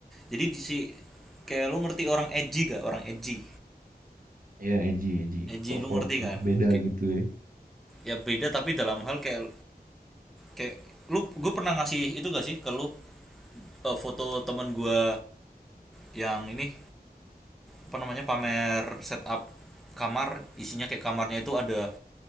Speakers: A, in the centre; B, on the right.
A: Jadi di si kayak lu ngerti orang edgy gak? Orang edgy.
B: ya edgy, edgy,
A: Edgy
B: sok-sok
A: lu ngerti kan?
B: apa beda
A: Kayak-
B: gitu ya.
A: ya beda tapi dalam hal kayak kayak lu gue pernah ngasih itu gak sih ke lu eh, foto temen gue yang ini apa namanya pamer setup kamar isinya kayak kamarnya itu ada